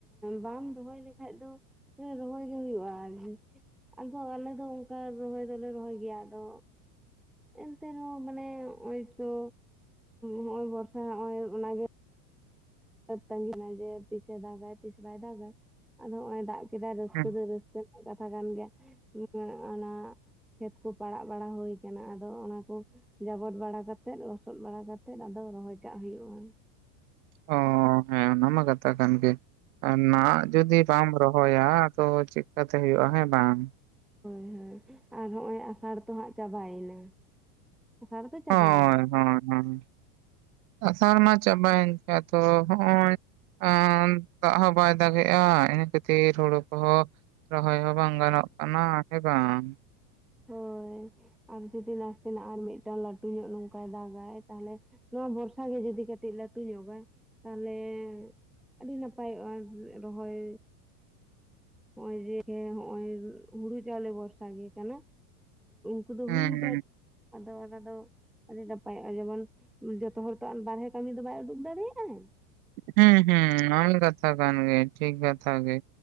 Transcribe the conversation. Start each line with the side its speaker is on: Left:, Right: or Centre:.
Centre: ᱵᱟᱢ ᱨᱚᱦᱚᱭ ᱞᱮᱠᱷᱟᱡ ᱫᱚ ᱨᱚᱦᱚᱭ ᱜᱮ ᱦᱩᱭᱩᱜᱼᱟ ᱟᱫᱚ ᱟᱞᱮ ᱫᱚ ᱚᱱᱠᱟ ᱨᱚᱦᱚᱭ ᱫᱚᱞᱮ ᱨᱚᱦᱚᱭ ᱜᱮᱭᱟ ᱟᱫᱚ ᱮᱱᱛᱮ ᱨᱮᱦᱚᱸ ᱢᱟᱱᱮ ᱱᱚᱜᱚᱭ ᱛᱚ ᱱᱚᱜ ᱚᱭ ᱵᱚᱨᱥᱟ ᱱᱚᱜ ᱚᱭ ᱚᱱᱟᱜᱮ ᱛᱟᱹᱜᱤᱱᱟ ᱡᱮ ᱛᱤᱥᱮ ᱫᱟᱜᱟ ᱛᱤᱥ ᱵᱟᱭ ᱫᱟᱜᱟ ᱟᱫᱚ ᱱᱚᱜ ᱚᱭ ᱫᱟᱜ ᱠᱮᱫᱟ ᱨᱟᱹᱥᱠᱟᱹ
Right: ᱦᱮᱸ
Centre: ᱫᱚ ᱨᱟᱹᱥᱠᱟᱹ ᱠᱟᱛᱷᱟ ᱠᱟᱱ ᱜᱮᱭᱟ ᱚᱱᱟ ᱠᱷᱮᱛ ᱠᱚ ᱯᱟᱲᱟᱜ ᱵᱟᱲᱟ ᱦᱩᱭ ᱟᱠᱟᱱᱟ ᱟᱫᱚ ᱚᱱᱟ ᱠᱚ ᱡᱟᱵᱚᱰ ᱵᱟᱲᱟ ᱠᱟᱛᱮᱜ ᱞᱚᱥᱚᱫ ᱵᱟᱲᱟ ᱠᱟᱛᱮᱜ ᱟᱫᱚ ᱨᱚᱦᱚᱭ ᱠᱟᱜ ᱦᱩᱭᱩᱜᱼᱟ
Right: ᱚᱦᱚ ᱦᱮᱸ ᱚᱱᱟᱢᱟ ᱠᱟᱛᱷᱟ ᱠᱟᱱ ᱜᱮ ᱟᱨ ᱱᱟᱦᱟᱜ ᱡᱩᱫᱤ ᱵᱟᱢ ᱨᱚᱦᱚᱭᱟ ᱟᱫᱚ ᱪᱮᱫ ᱞᱮᱠᱟᱛᱮ ᱦᱩᱭᱩᱜᱼᱟ ᱦᱮᱸ ᱵᱟᱝᱻ
Centre: ᱦᱳᱭ ᱦᱳᱭ ᱟᱨ ᱦᱚᱸᱜ ᱚᱭ ᱟᱥᱟᱲ ᱛᱚ ᱦᱟᱸᱜ ᱪᱟᱵᱟᱭᱮᱱᱟ᱾ ᱟᱥᱟᱲ ᱫᱚ ᱪᱟᱵᱟᱣ
Right: ᱦᱳᱭ ᱦᱳᱭ ᱦᱳ ᱟᱥᱟᱲ ᱢᱟ ᱪᱟᱵᱟᱭᱮᱱ ᱛᱚ ᱟᱫᱚ ᱦᱚᱜ ᱚᱭ ᱟᱱ ᱫᱟᱜ ᱦᱚᱸ ᱵᱟᱭ ᱫᱟᱜᱮᱜᱼᱟ ᱤᱱᱟᱹ ᱠᱷᱟᱹᱛᱤᱨ ᱦᱳᱲᱳ ᱠᱚᱦᱚᱸ ᱨᱚᱦᱚᱭ ᱦᱚᱸ ᱵᱟᱝ ᱜᱟᱱᱚᱜ ᱠᱟᱱᱟ ᱥᱮ ᱵᱟᱝ?
Centre: ᱦᱚᱭ ᱟᱨ ᱡᱩᱫᱤ ᱱᱟᱥᱮᱱᱟᱜ ᱟᱨ ᱢᱤᱫᱴᱟᱝ ᱞᱟᱹᱴᱩ ᱧᱚᱜ ᱱᱚᱝᱠᱟᱭ ᱫᱟᱜᱟᱭ ᱛᱟᱦᱮᱞᱮ ᱱᱚᱣᱟ ᱵᱷᱚᱨᱥᱟ ᱜᱮ ᱡᱩᱫᱤ ᱠᱟᱹᱴᱤ ᱞᱟᱹᱴᱩ ᱧᱚᱜᱼᱟ ᱛᱟᱦᱚᱞᱮ ᱟᱹᱰᱤ ᱱᱟᱯᱟᱭᱚᱜᱼᱟ ᱨᱚᱦᱚᱭ ᱱᱚᱜᱼᱚᱭ ᱡᱮ ᱦᱚᱜᱚᱭ ᱦᱩᱲᱩ ᱪᱟᱣᱞᱮ ᱵᱷᱚᱨᱥᱟ ᱜᱮ ᱠᱟᱱᱟ᱾ ᱠᱩᱫᱩ
Right: ᱦᱩᱸ
Centre: ᱜᱩᱦᱩᱢ ᱪᱟᱥ ᱟᱫᱚ ᱚᱱᱟ ᱫᱚ ᱟᱹᱰᱤ ᱱᱟᱯᱟᱭᱚᱜᱼᱟ ᱡᱮᱢᱚᱱ ᱡᱚᱛᱚ ᱦᱚᱲ ᱛᱚ ᱵᱟᱨᱦᱮ ᱠᱟᱹᱢᱤ ᱫᱚ ᱵᱟᱭ ᱩᱰᱩᱠ ᱫᱟᱲᱮᱭᱟᱜᱟᱭ᱾
Right: ᱦᱩᱸ ᱦᱩᱸ ᱠᱟᱛᱷᱟ ᱠᱟᱱ ᱜᱮ ᱴᱷᱤᱠ ᱠᱟᱛᱷᱟ ᱜᱮ᱾